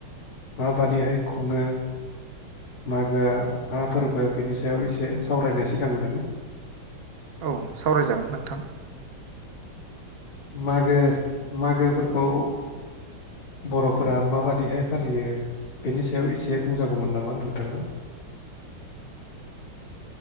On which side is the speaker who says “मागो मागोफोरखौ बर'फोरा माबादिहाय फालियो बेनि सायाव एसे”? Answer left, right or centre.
Left